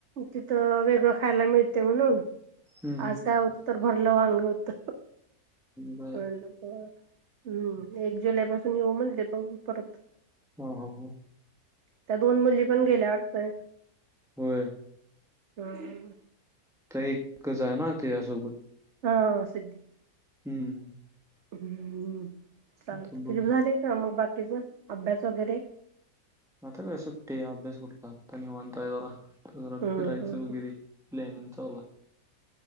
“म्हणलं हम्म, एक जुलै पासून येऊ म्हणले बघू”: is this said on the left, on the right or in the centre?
Right